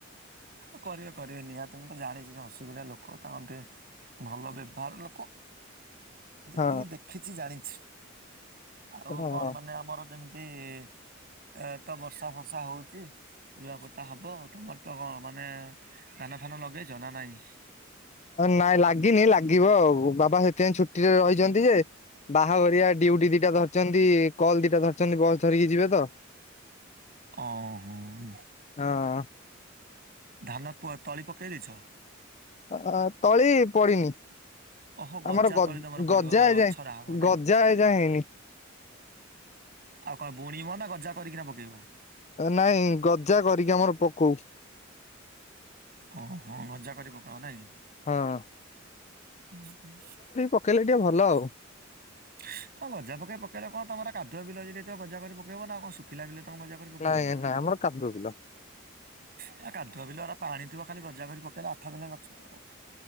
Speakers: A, on the right; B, on the left.
A: ହଁ କରିବେ କରିବେ ନିହାତି ମୁଁ ତ ଜାଣିଚି ହସୁକୁରିଆ ଲୋକ ତାଙ୍କର ଟିକେ ଭଲ ବ୍ୟବହାର ଲୋକ ଯେତିକି
B: ହଁ
A: ଦେଖିଛି ଜାଣିଛି ଆଉ
B: ହଁ।
A: କଣ ମାନେ ଆମର ଯେମ୍ ଏ-ଏ ତ ବର୍ଷା ଫର୍ଷା ହଉଚି ରୁଆପୋତା ହବ ତମର କ ମାନେ ଧାନ ଫାନ ଲଗେଇଚ ନା ନାଇଁ?
B: ନାଇଁ ଲାଗିନି ଲାଗିବ ଆଉ ବାବା ସେଥିପାଇଁ ଛୁଟିରେ ରହିଚନ୍ତି ଯେ ବାହାଘରିଆ ଡ୍ୟୁଟି ଦିଟା ଧରିଚନ୍ତି କଲ୍ ଦିଟା ଧରିଚନ୍ତି ବସ୍ ଧରିକି ଯିବେ ତ।
A: ହଁ ଓୋ
B: ହଁ।
A: ଧାନ ପୁଆ ତଳି ପକେଇଦେଇଚନ୍ତି?
B: ଅ ତଳି ପଡିିନି।
A: ଓହୋ ଗଜା
B: ଆମର ଗ-
A: ତଳି ତମର ପଡିବ
B: ଗଜା ଏଯାଏ
A: ଗଛରା ହବ ନାଇଁ
B: ଗଜା ଏଯାଏଁ ହେଇନି।
A: ଆଉ କଣ ବୁଣିବ ନା ଗଜା କରିକିନା ପକେଇବ?
B: ନାଇଁ ଗଜା କରିକି ଆମର ପକଉ।
A: ଓ ହଁ ଗଜା କରି ପକାଓ ନାଇଁ କି?
B: ହଁହଁ।
A: ହୁଁ ହୁଁ।
B: ପକେଇଲେ ଟିକେ ଭଲ ଆଉ
A: <inaudible> ହଁ ଗଜା ପକେଇ ପକେଇଲେ କଣ ତମର କାଦୁଆ ବିଲ ହେଇଯାଇଥିବ ଗଜା କରି ପକେଇବ ନା କଣ ଶୁଖିଲା ବିଲ ତମ ଗଜା କରି ପକେଇବ
B: ନାଇଁ
A: କି?
B: ନାଇଁ ଆମର କାଦୁଅ ବିଲ
A: ନା କାଦୁଆ ପିଲା ପାଣି ଥିବ ଖାଲି ଗଜା କରି ପକେଇଲେ ଆଠ ଦିନ ଗଛ ହବ।